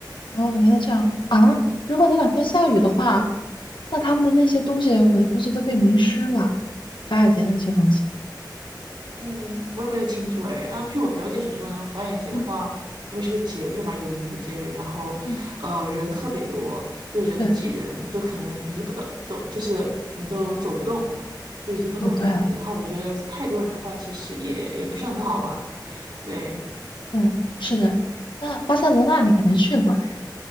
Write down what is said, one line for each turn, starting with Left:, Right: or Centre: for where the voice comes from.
Left: 哦，原来这样啊！如果那两天下雨的话，那他们的那些东西，我估计都被淋湿了，法雅节的那些东西。
Right: 嗯，我也不太清楚哎。然后据我表姐所说，然后佛爷节的话，
Left: 嗯
Right: 因为是个节日嘛，有名的节日，然后呃人特别多，
Left: 嗯，
Right: 就人挤人，
Left: 对，
Right: 都可能移不到走，就是你都走不动，就移不动这样子。
Left: 哦对了，
Right: 然后我觉得是太多人的话，其实也也不是很好玩。对，
Left: 对，是的。那巴塞罗那你肯定去过了呀，